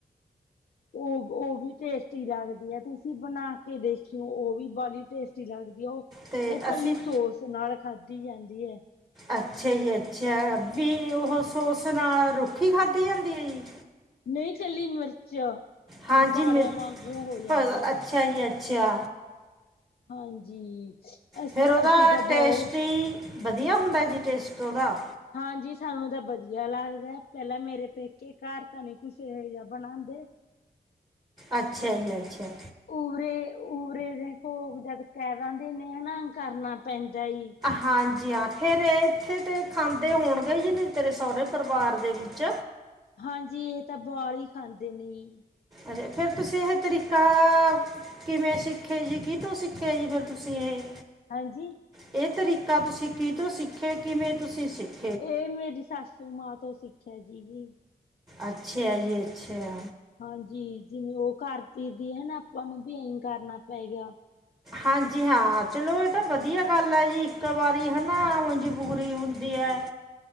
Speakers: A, on the left; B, on the right.
A: ਓ ਉਹ ਵੀ ਟੇਸਟੀ ਲੱਗਦੀ ਆ, ਤੁਸੀਂ ਬਣਾ ਕੇ ਦੇਖਿਓ ਉਹ ਵੀ ਬਾਲੀ ਟੇਸਟੀ ਲੱਗਦੀ ਆ ਓ
B: ਤੇ
A: ਓ
B: ਅਸੀਂ
A: ਕੱਲੀ ਸੋਸ ਨਾਲ ਖਾਂਦੀ ਜਾਂਦੀ ਐ।
B: ਅੱਛਾ ਜੀ ਅੱਛਾ, ਵੀ ਉਹ ਸੋਸ ਨਾਲ ਰੁੱਖੀ ਖਾਂਦੀ ਜਾਂਦੀ ਐ ਜੀ।
A: ਨਈ ਕੱਲੀ ਮਿਰਚ
B: ਹਾਂਜੀ
A: ਪਕੌੜਿਆਂ
B: ਮਿਰ
A: ਵਾਂਗੂੰ ਹੋ ਜਾਂਦੀ
B: ਭ-
A: ਐ।
B: ਅੱਛਾ ਜੀ ਅੱਛਾ।
A: ਹਾਂਜੀ। ਅਸ
B: ਫਿਰ ਉਹਦਾ
A: ਅਸੀਂ ਤਾਂ
B: ਟੇਸਟ
A: ਬਹੁਤ
B: ਜੀ, ਵਧੀਆ ਹੁੰਦਾ ਐ ਜੀ ਟੇਸਟ ਉਹਦਾ
A: ਹਾਂਜੀ ਸਾਨੂੰ ਤਾਂ ਵਧੀਆ ਲੱਗਦਾ, ਪਹਿਲਾਂ ਮੇਰੇ ਪੇਕੇ ਘਰ ਤਾਂ ਨਹੀਂ ਕੁੱਛ ਇਹੋ ਜਾ ਬਣਾਦੇ।
B: ਅੱਛਾ ਜੀ ਅੱਛਾ।
A: ਉਵਰੇ ਉਵਰੇ ਦੇ ਘੋਗ ਜਦ ਕਹਿ ਦਿੰਦੇ ਨੇ ਨਾ ਕਰਨਾ ਪੈਂਦਾ ਐ ਜੀ।
B: ਹਾਂਜੀ ਹਾਂ ਫਿਰ ਇੱਥੇ ਤਾਂ ਖਾਂਦੇ ਹੋਣਗੇ ਜੀ ਨੀ ਤੇਰੇ ਸਹੁਰੇ ਪਰਿਵਾਰ ਦੇ ਵਿੱਚ
A: ਹਾਂਜੀ ਇਹ ਤਾਂ ਬਾਲੀ ਈ ਖਾਂਦੇ ਨੇ ਜੀ।
B: ਅਜੇ, ਫੇਰ ਤੁਸੀਂ ਇਹ ਤਰੀਕਾ ਕਿਵੇਂ ਸਿੱਖਿਆ ਜੀ ਕੀਤੋਂ ਸਿੱਖਿਆ ਜੀ ਫਿਰ ਤੁਸੀਂ ਇਹ
A: ਹਾਂਜੀ
B: ਇਹ ਤਰੀਕਾ ਤੁਸੀਂ ਕੀਤੋਂ ਸਿੱਖੇ, ਕਿਵੇਂ ਤੁਸੀਂ ਸਿੱਖ
A: ਇਹ ਮੇਰੀ ਸਾਸੂ ਮਾਂ ਤੋਂ ਸਿੱਖਿਆ ਐ ਜੀ ਇਹ
B: ਅੱਛਾ ਜੀ ਅੱਛਾ।
A: ਹਾਂਜੀ ਜਿਵੇਂ ਉਹ ਕਰਤੀ ਦੀ ਹਨਾ ਆਪਾਂ ਨੂੰ ਵੀ ਐ ਈ ਕਰਨਾ ਪਏਗਾ।
B: ਹਾਂਜੀ ਹਾ ਚਲੋ ਬੇਟਾ ਵਧੀਆ ਗੱਲ ਐ ਜੀ ਇੱਕ ਵਾਰੀ ਹਨਾ ਮਜ਼ਬੂਰੀ ਹੁੰਦੀ ਐ।